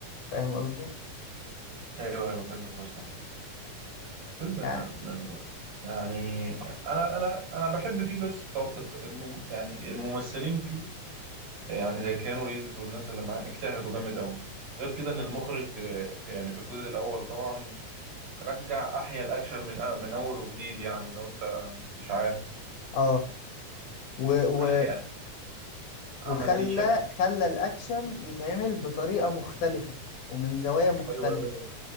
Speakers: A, on the left; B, on the right.
A: فاهم قصدي
B: ايوه ايوه فيلم كويس أوي فيلم
A: يعني
B: من يعني انا انا انا بحب فيه بس طب الم يعني الممثلين فيه يعني زي كيانو ريفز والناس اللي معاه اجتهدوا جامد قوي غير كده ان المخرج آه، يعني في الجزء الاول طبعا رجع احيا الاكشن من آه، من اول وجديد يعني لو انت مش عارف
A: اه و و
B: احيا عمل
A: وخلى
B: ليه شكل
A: خلى الأكشن يتعمل بطريقة مختلفة ومن زوايا مختلفة
B: ايوه الوي-